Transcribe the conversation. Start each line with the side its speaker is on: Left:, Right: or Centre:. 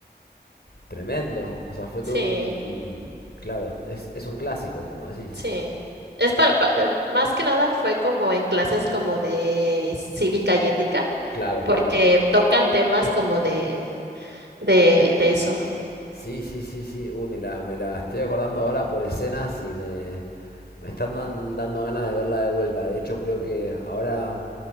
Left: tremendo. O sea, fue
Right: Sí,
Left: todo un... Claro, es, es un clásico, como decís.
Right: sí. Es para, pa- eh, más que nada fue como en clases como de cívica y ética,
Left: Claro,
Right: porque
Left: claro.
Right: tocan temas como de, de, de eso.
Left: Sí, sí, sí, sí. Uy, me la, me la estoy acordando ahora por escenas y me, me están dan- dando ganas de verla de vuelta. De hecho, creo que ahora